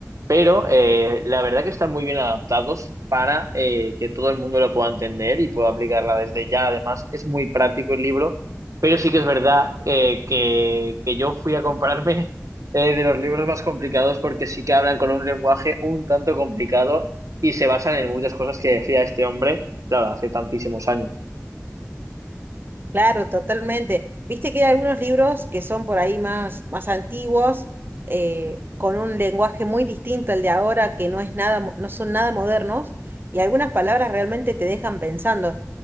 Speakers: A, on the right (about 80°); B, on the right (about 40°).
A: pero eh, la verdad que están muy bien adaptados para eh, que todo el mundo lo pueda entender y pueda aplicarla desde ya. Además, es muy práctico el libro, pero sí que es verdad eh, que, que yo fui a comprarme <laughs> eh, de los libros más complicados porque sí que hablan con un lenguaje un tanto complicado y se basan en muchas cosas que decía este hombre, claro, hace tantísimos años.
B: Claro, totalmente. Viste que hay algunos libros que son por ahí más, más antiguos, eh, con un lenguaje muy distinto al de ahora, que no es nada, mo- no son nada modernos, y algunas palabras realmente te dejan pensando.